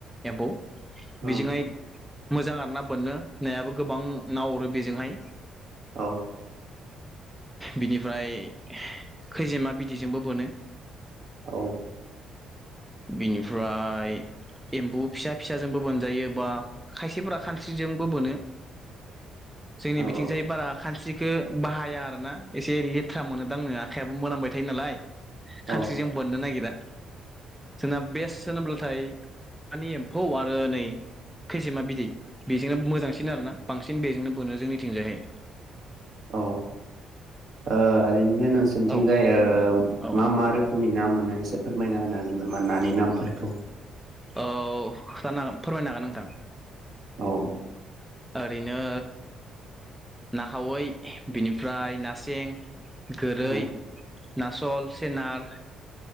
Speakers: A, in the centre; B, on the right.
A: एम्फौ बेजोंहाय
B: औ
A: मोजां आरो ना बोनो नायाबो गोबां ना अरो बेजोंहाय
B: औ
A: बिनिफ्राय खैजेमा बिदैजोंबो बोनो
B: औ
A: बिनिफ्राय एम्बु फिसा फिसाजोंबो बोनजायो बा खायसेफोरा खानस्रिजोंबो बोनो जोंनि
B: औ
A: बिथिंजाय
B: औ
A: बारा खानस्रि खो बाहाया आरोना एसे लेथ्रा मोनो दांनो आखाइाबो मोनामबाय थायो नालाय खानस्रिजों
B: औ
A: बाननो नागिरा जोंना बेस्ट होनोब्लाथाय मानि एम्फौ आरो नै खैसेमा बिदै बेजोंनो मोजांसिन आरो ना बांसिन बेजोंनो बोनो जोंनिथिंजायहाय
B: औ ओ ओरैनो नोंसोरनिथिंजाय
A: औ
B: ओ
A: औ
B: मा मा रोखो खोमनि ना मोनो एसे फोरमायना होनो हागोन नामा नानि नामफोरखौ?
A: औ खोथानो हागोन फोरमायनो हागोन नोंथां
B: औ
A: ओरैनो ना खावै बिनिफ्राय ना सें गोरै
B: औ
A: नासल सेनार